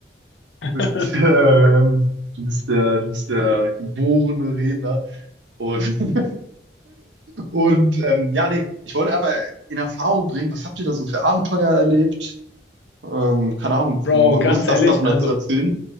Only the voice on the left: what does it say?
<laughs>
Bro,
ganz
ehrlich,
also,